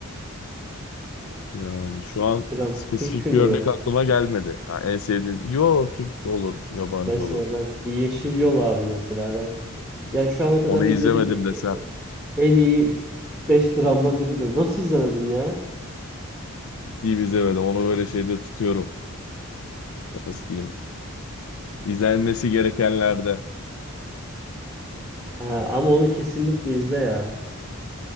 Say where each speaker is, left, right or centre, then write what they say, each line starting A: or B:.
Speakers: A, on the left; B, in the centre.
A: Yani şu an
B: Dram
A: spesifik
B: Türk filmi
A: bir örnek
B: mi?
A: aklıma gelmedi. Ha, en sevdiğin, yo Türk olur, yabancı
B: Mesela
A: olur.
B: ben Yeşil Yol abi mesela ben. Yani şu ana kadar
A: Onu
B: izlediğim
A: izlemedim
B: e- e,
A: desem,
B: en iyi 5 dramdan biridir. Nasıl izlemedin ya?
A: değil izlemedim. Onu böyle şeyde tutuyorum. Nasıl diyeyim? İzlenmesi gerekenlerde.
B: Ha, ama onu kesinlikle izle ya.